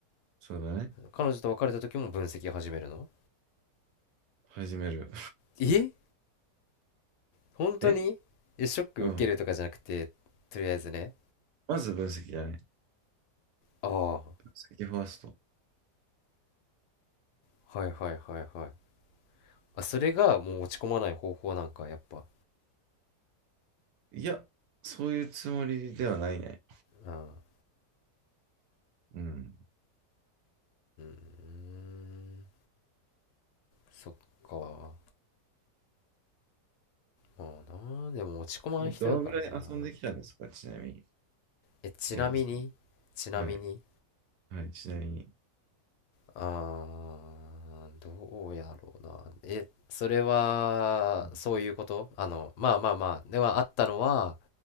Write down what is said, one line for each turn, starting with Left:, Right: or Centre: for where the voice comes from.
Right: そうだね。
Left: 彼女と別れた時も分析を始めるの
Right: 始める。
Left: え
Right: <laughs>
Left: 本当にえ、
Right: え
Left: ショック受けるとかじゃなくて、
Right: うん。
Left: とりあえずね。
Right: まず分析だね。
Left: ああ、
Right: 分析ファースト。
Left: はいはいはいはい。あ、それがもう落ち込まない方法なんか、やっぱ。
Right: いや、そういうつもりではないね。
Left: うん。う
Right: うん。
Left: ーん、そっか。まあな、でも落ち込まん人やからな。
Right: え、どのぐらい遊んできたんですかちなみに、
Left: え、ちなみに、
Right: 慶吾さん。
Left: ちなみに、
Right: はい。はい。ちなみに。
Left: あー、どうやろうな。え、それは、
Right: うん
Left: そういうことあの、まあまあまあ、ではあったのは、